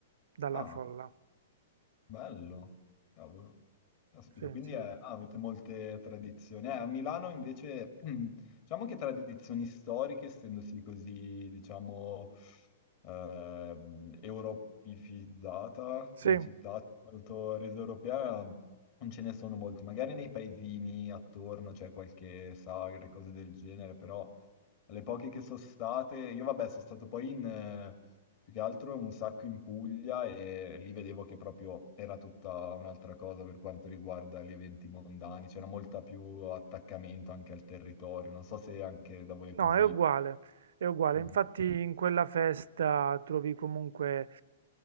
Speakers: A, on the right; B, on the left.
A: dalla
B: Ah.
A: folla.
B: Bello, cavolo. Caspita,
A: Sì,
B: quindi
A: sì.
B: è- ah, avete molte tradizioni. Eh, a Milano invece, <clears throat> diciamo che tradizioni storiche, essendosi così, diciamo, ehm, europeizzata
A: Sì.
B: come città, molto resa europea, non ce ne sono molte. Magari nei paesini attorno c'è qualche sagra e cose del genere, però le poche che sono state, io vabbè sono stato poi in, eh, più che altro un sacco in Puglia e lì vedevo che proprio era tutta un'altra cosa per quanto riguarda gli eventi mondani, c'era molta più attaccamento anche al territorio, non so se anche da voi è così.
A: No, è uguale, è uguale.
B: Mm.
A: Infatti in quella festa trovi comunque